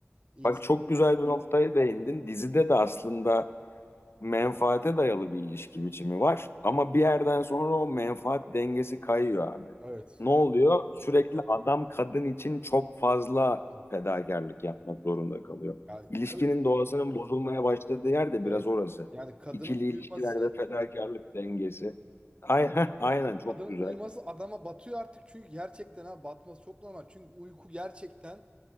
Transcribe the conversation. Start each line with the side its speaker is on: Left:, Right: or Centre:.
Right: İnsan,
Left: Bak çok güzel bir noktaya değindin. Dizide de aslında menfaate dayalı bir ilişki biçimi var. Ama bir yerden sonra o menfaat dengesi kayıyor abi.
Right: evet.
Left: Ne oluyor? Sürekli adam kadın için çok fazla
Right: Ya,
Left: fedakarlık yapmak zorunda kalıyor.
Right: Tabii
Left: İlişkinin doğasının bozulmaya başladığı yer de
Right: evet.
Left: biraz orası.
Right: Yani kadının
Left: İkili
Right: uyuması
Left: ilişkiler ve fedakarlık dengesi. Aynen, <laughs> aynen çok
Right: kadının
Left: güzel.
Right: uyuması adama batıyor artık çünkü gerçekten ha batması çok normal. Çünkü uyku gerçekten